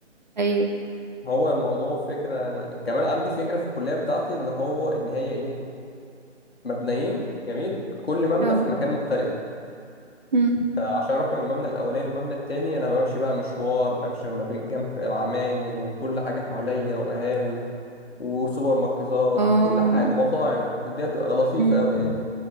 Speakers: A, on the right; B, on the left.
A: ايوه
B: هو الموضوع فكرة يعني كمان عندي فكرة في الكلية بتاعتي إن هو إن هي إيه مبنيين جميل كل مبنى
A: اه
B: في مكان مختلف
A: مم.
B: فعشان أروح من المبنى الأولاني للمبنى التاني أنا بمشي بقى مشوار بمشي ما بين جنب العماير وكل حاجة حواليا وقهاوي وسوبر ماركتات
A: اه
B: وكل حاجة ومطاعم والدنيا بتبقى لطيفة
A: مم.
B: أوي يعني